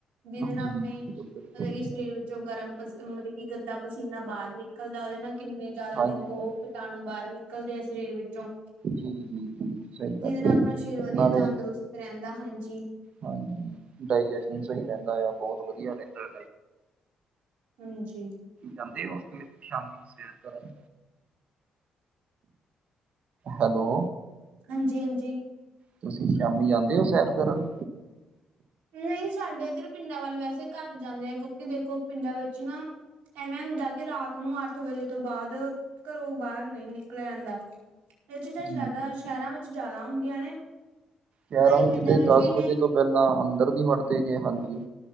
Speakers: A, on the right; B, on the right.
A: ਜਿਹਦੇ, ਨਾਲ
B: ਜੀ
A: ਆਪਣੇ
B: ਬਿਲਕੁਲ, ਬਿਲਕੁਲ
A: ਮਤਲਬ ਕਿ, ਸਰੀਰ ਵਿੱਚੋਂ ਗਰਮ ਪਸੀਨਾ, ਮਤਲਬ ਕਿ ਗੰਦਾ ਪਸੀਨਾ, ਬਾਹਰ ਨਿਕਲਦਾ ਉਹਦੇ, ਨਾਲ ਕਿੰਨੇ ਜ਼ਿਆਦਾ
B: ਹਾਂਜੀ,
A: ਦੇਖੋ
B: ਹਾਂਜੀ
A: ਕੀਟਾਣੂ, ਬਾਹਰ ਨਿਕਲਦੇ ਆ ਸਰੀਰ ਵਿੱਚੋਂ
B: ਜੀ, ਜੀ, ਜੀ ਸਹੀ
A: ਜਿਹਦੇ
B: ਗੱਲ
A: ਨਾਲ
B: ਹੈ
A: ਆਪਣਾ,
B: ਜੀ
A: ਸਰੀਰ ਵਧੀਆ
B: ਨਾਲੇ
A: ਤੰਦਰੁਸਤ ਰਹਿੰਦਾ, ਹਾਂਜੀ।
B: ਹਾਂਜੀ, ਡਾਇਜੈਸ਼ਨ ਸਹੀ ਰਹਿੰਦਾ ਆ, ਬਹੁਤ ਵਧੀਆ ਰਹਿੰਦਾ
A: ਹਾਂਜੀ।
B: ਜਾਂਦੇ ਹੋ ਫਿਰ ਸ਼ਾਮੀ ਸੇਰ ਕਰਨ ਹੈਲੋ।
A: ਹਾਂਜੀ ਹਾਂਜੀ।
B: ਤੁਸੀਂ, ਸ਼ਾਮੀ ਜਾਂਦੇ ਹੋ ਸੈਰ ਕਰਨ।
A: ਨਹੀਂ, ਸਾਡੇ ਇੱਧਰ ਪਿੰਡਾਂ ਵੱਲ, ਵੈਸੇ ਘੱਟ ਜਾਂਦੇ ਆ, ਕਿਉਂਕਿ ਦੇਖੋ ਪਿੰਡਾਂ ਵਿੱਚ, ਨਾ ਐਵੇਂ, ਹੁੰਦਾ ਕਿ ਰਾਤ ਨੂੰ, ਅੱਠ ਵਜੇ ਤੋਂ ਬਾਅਦ ਘਰੋਂ ਬਾਹਰ, ਨਹੀਂ ਨਿਕਲ ਜਾਂਦਾ, ਇਹ ਚੀਜ਼
B: ਜੀ
A: ਸ਼ਹਿਰਾਂ
B: ਜੀ
A: ਸ਼ਹਿਰਾਂ ਵਿੱਚ ਜ਼ਿਆਦਾ ਹੁੰਦੀਆਂ, ਨੇ
B: ਗਿਆਰਾਂ
A: ਕਈ
B: ਵਜ
A: ਪਿੰਡਾਂ
B: ਤੇ
A: ਵਿੱਚ
B: ਦਸ
A: ਵੀ ਨੇ
B: ਵਜੇ ਤੋਂ ਪਹਿਲਾਂ ਅੰਦਰ ਨ ਵਟਦੇ ਗਏ ਹਾਂਜੀ